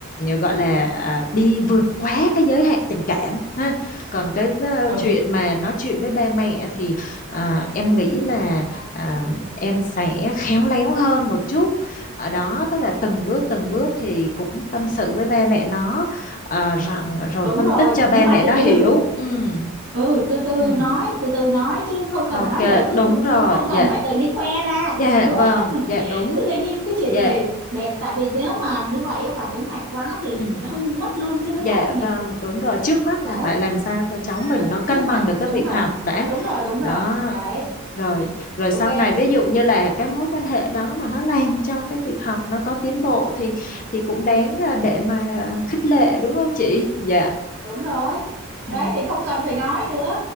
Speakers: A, on the left; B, on the right.
A: gọi là à, đi vượt quá cái giới hạn tình cảm ha còn cái ờ,
B: ừ
A: chuyện mà nói chuyện với ba mẹ thì à, em nghĩ là à, em sẽ khéo léo hơn một chút ở đó tức là từng bước từng bước thì cũng tâm sự với ba mẹ nó à, rằng rồi
B: đúng
A: phân
B: rồi
A: tích cho ba
B: nhưng mà
A: mẹ
B: từ
A: nó hiểu
B: từ
A: ừ
B: ừ từ từ
A: ừ
B: nói từ từ nói chứ không cần
A: ok
B: phải nói giờ cứ
A: đúng
B: cứ không
A: rồi
B: không cần
A: dạ
B: phải tự đi khoe ra
A: dạ
B: đúng
A: vâng
B: không
A: dạ
B: <laughs>
A: đúng
B: tự nhiên cái chuyện
A: dạ
B: này để tại vì nếu mà như vậy á, phản ứng mạnh quá thì
A: ừ
B: hư mất luôn cái đứa
A: dạ
B: cháu của mình
A: vâng đúng rồi trước mắt là
B: đấy
A: phải làm sao cho cháu mình
B: trước
A: nó cân
B: trước mắt
A: bằng được cái
B: đúng
A: việc
B: rồi
A: học đã
B: đúng rồi đúng
A: đó
B: rồi đấy
A: rồi rồi
B: ok
A: sau này ví dụ như là cái mối quan hệ đó mà nó làm cho cái việc học nó có tiến bộ thì thì cũng đáng à, để mà à, khích lệ đúng không chị dạ
B: Đúng rồi. Đấy
A: ừ
B: thì không cần phải nói nữa,